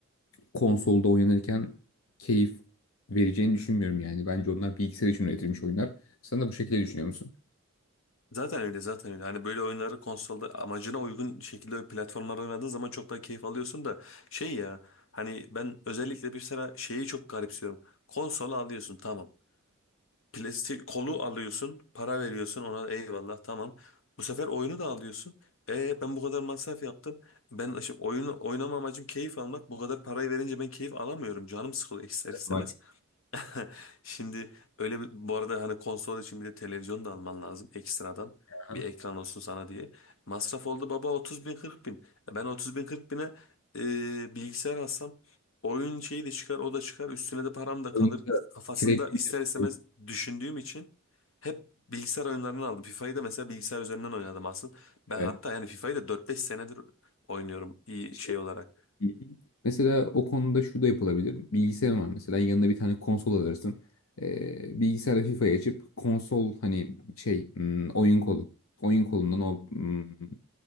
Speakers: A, on the left; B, on the left.
A: konsolda oynanırken keyif vereceğini düşünmüyorum yani. Bence onlar bilgisayar için üretilmiş oyunlar. Sen de bu şekilde düşünüyor musun?
B: Zaten öyle zaten öyle. Hani böyle oyunları konsolda amacına uygun şekilde platformlarda oynadığın zaman çok daha keyif alıyorsun da şey ya hani ben özellikle bir sıra şeyi çok garipsiyorum. Konsol alıyorsun tamam. plastik kolu alıyorsun, para veriyorsun ona eyvallah tamam. Bu sefer oyunu da alıyorsun. E ben bu kadar masraf yaptım. Ben şimdi oyunu oynama amacım keyif almak. Bu kadar parayı verince ben keyif alamıyorum. Canım sıkılıyor <laughs> ister istemez.
A: Maalesef.
B: <laughs> Şimdi öyle bir bu arada hani konsol için bir de televizyon da alman lazım ekstradan.
A: Aha.
B: Bir ekran olsun sana diye. Masraf oldu baba 30 bin 40 bin. E Ben 30 bin 40 bine e, bilgisayar alsam oyun şeyi de çıkar o da çıkar üstüne de param da
A: Oyunda
B: kalır. Kafasında
A: sürekli
B: ister
A: bir-
B: istemez
A: şey.
B: düşündüğüm için hep bilgisayar oyunlarını aldım. FIFA'yı da mesela bilgisayar üzerinden oynadım aslında. Ben
A: evet.
B: hatta yani FIFA'yı da 4-5 senedir oynuyorum iyi
A: İşte,
B: şey olarak.
A: hı hı. Mesela o konuda şu da yapılabilir. Bilgisayar var mesela yanına bir tane konsol alırsın. Ee, bilgisayarda FIFA'yı açıp konsol hani şey hmm, oyun kolu. Oyun kolundan o hmm,